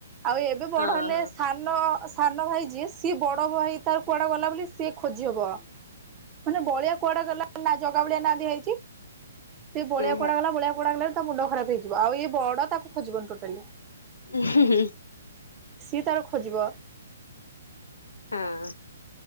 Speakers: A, on the right (about 25°); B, on the left (about 85°).
A: ଆଉ ଏବେ ବଡ
B: ହଁ
A: ହେଲେ
B: ହଁ।
A: ସା ସାନ ସାନ ଭାଇ ଯିଏ ସିଏ ବଡ ଭାଇ ତାର କୁଆଡେ ଗଲା ବୋଲି ସିଏ ଖୋଜି ହବ। ମାନେ ବଳିଆ କୁଆଡେ ଗଲା ନା ଜଗା ବଳିଆ ନା ଦିଆ। ସେ ବଳିଆ
B: ଓହୋ
A: କୁଆଡେ ଗଲା ବଳିଆ କୁଆଡେ ଗଲା ତା ମୁଣ୍ଡ ଖରାପ ହେଇଯିବ ଆଉ ଏ ବଡ ତାକୁ ଖୋଜିବନି ଟୋଟାଲି।
B: <unintelligible>
A: ସିଏ ତାର ଖୋଜିବ।
B: ହଁ